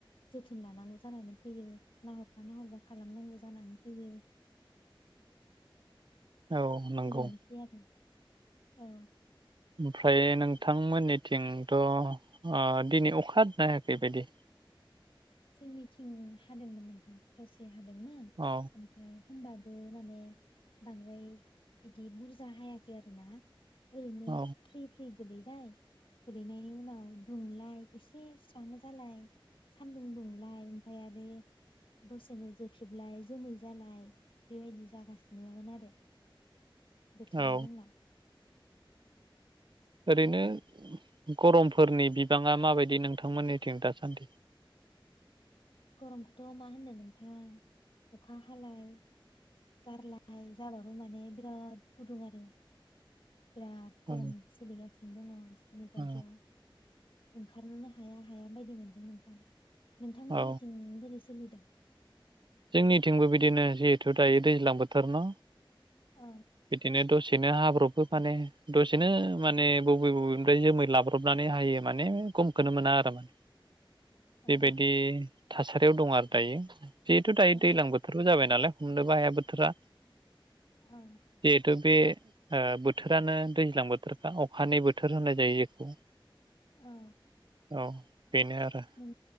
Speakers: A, on the left; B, on the right.
A: जोथोन लानांगौ जानानै फैयो नाहरबा नाहरबा खालामनांगौ जानानै फैयो।
B: औ नंगौ।
A: बेनोसै आरो औ
B: ओमफ्राय नोंथांमोननिथिंथ ओ दिनै अखा हायाखैबायदि
A: औ जोंनिथिं हादोंमोन नोंथां दसे। हादोंमोन
B: औ
A: ओमफ्राय होनबाबो बो माने बांद्राय बिदि बुरजा हायाखै आरो ना। ओरैनो
B: औ
A: फ्रि फ्रि गोलैबाय गोलैनायनि उनाव दुंलाय एसे स्रां जालाय सान्दुं दुंलाय ओमफाय बे दसेनो जोख्रेबलाय जोमै जालाय बेबायदि जागासिनोमोन आरो। बोथोरा
B: औ
A: जोंना।
B: ओरैनो गरमफोरनि बिबाङा माबायदि नोंथांमोननिथिं दासान्दि?
A: गरमखौथ मा होनो नोंथां अखा हालाय गारलाय जाबाबो माने बिराद गुदुं आरो। बिराद गरम
B: औ
A: सोलिगासिनो दङ जोंनि जायगायाव।
B: औ
A: ओंखारनोनो हाया हाया बायदि मोनदों नोंथां। नोंथांमोननि
B: औ
A: बोरै सोलिदों।
B: जोंनिथिंबो बिदिनो जिहेथु दायो दैज्लां बोथोर ना।
A: औ
B: बिदिनो दसे सेनो हाब्रबबो माने दसेनो माने बबे बबेनिफ्राय जोमै लाब्रबनानै हायो माने खम खौनो मोना आरोना
A: औ
B: बे बादि थासारियाव दं आरो दायो। जिहेथु दायो
A: औ
B: दैज्लां बोथोरबो जाबाय नालाय हमनोबो हाया बोथोरा
A: औ
B: जिहेथु बे ओ बोथोरानो दैज्लां बोथोरखा अखानि बोथोर होननाय जायो जेखौ।
A: औ
B: औ बेनो आरो
A: नों